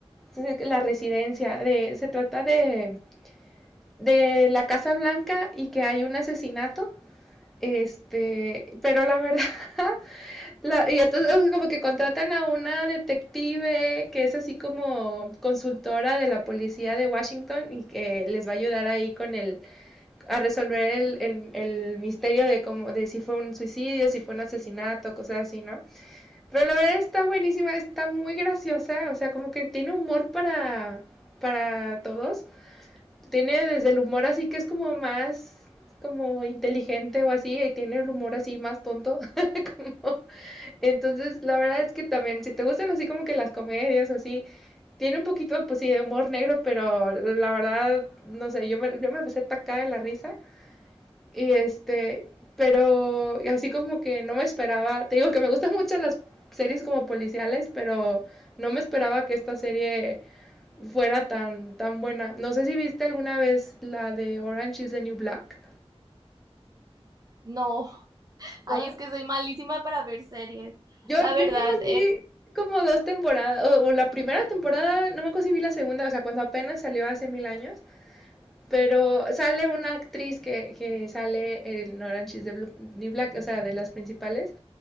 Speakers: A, in the centre; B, on the right.
A: es la residencia, de, se trata de, de la Casa Blanca y que hay un asesinato. Este, pero la verdad, <laughs> la- y entonces como que contratan a una detective que es así como consultora de la policía de Washington y que les va a ayudar ahí con el, a resolver el, el, el misterio de cómo, de si fue un suicidio, si fue un asesinato, cosas así, ¿no? Pero la verdad está buenísima, está muy graciosa, o sea, como que tiene humor para, para todos. Tiene desde el humor así que es como más como inteligente o así y tiene el humor así más tonto. <laughs> Entonces, la verdad es que también si te gustan así como que las comedias así, tiene un poquito pues sí de humor negro, pero la verdad no sé, yo me yo me empecé a atacar de la risa y este, pero así como que no me esperaba, te digo que me gustan mucho las series como policiales, pero no me esperaba que esta serie fuera tan, tan buena. No sé si viste alguna vez la de Orange is the New Black.
B: No, ay,
A: No,
B: es que soy malísima para ver series.
A: yo,
B: La verdad,
A: yo no vi como dos temporadas, o, o la primera temporada, no me acuerdo si vi la segunda, o sea, cuando apenas salió hace mil años, pero sale una actriz que, que sale en Orange is the Blue- New Black, o sea, de las principales,